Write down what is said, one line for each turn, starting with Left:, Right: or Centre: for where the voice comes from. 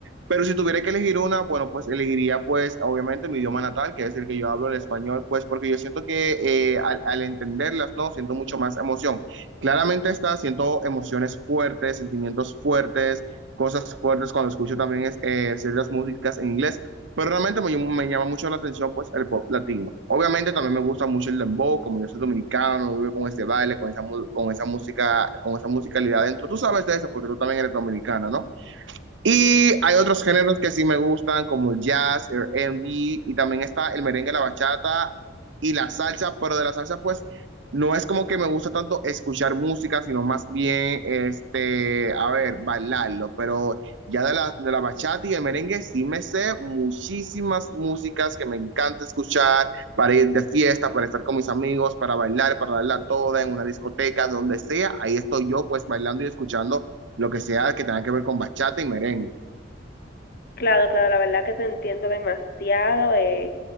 Right: Pero si tuviera que elegir una, bueno, pues elegiría pues obviamente mi idioma natal, que es el que yo hablo, el español, pues porque yo siento que eh, al, al entenderlas, ¿no? Siento mucho más emoción. Claramente está, siento emociones fuertes, sentimientos fuertes, cosas fuertes cuando escucho también es, eh, ciertas músicas en inglés, pero realmente me, me llama mucho la atención pues el pop latino. Obviamente también me gusta mucho el dembow, como yo soy dominicano, vivo con este baile, con esa, mu- con esa música, con esa musicalidad dentro. Tú sabes de eso porque tú también eres dominicana, ¿no? Y hay otros géneros que sí me gustan, como el jazz, el R&B, y también está el merengue, la bachata y la salsa, pero de la salsa, pues, no es como que me gusta tanto escuchar música, sino más bien, este, a ver, bailarlo, pero ya de la, de la bachata y el merengue sí me sé muchísimas músicas que me encanta escuchar para ir de fiesta, para estar con mis amigos, para bailar, para darla toda en una discoteca, donde sea, ahí estoy yo, pues, bailando y escuchando lo que sea que tenga que ver con bachata y merengue.
Left: Claro, claro, la verdad que te entiendo demasiado. eh,